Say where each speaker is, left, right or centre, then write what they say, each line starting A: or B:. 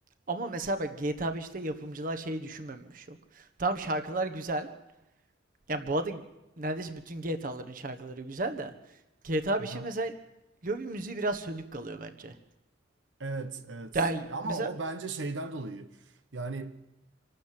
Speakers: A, on the right; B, on the right.
A: ama mesela bak GTA beşte yapımcılar şeyi düşünmemiş yok. Tam şarkılar güzel. Yani bu arada neredeyse bütün GTA'ların şarkıları güzel de GTA
B: aha.
A: 5'in mesela lobi müziği biraz sönük kalıyor bence.
B: Evet, evet.
A: Yani
B: Ama
A: mesela
B: o bence şeyden dolayı. Yani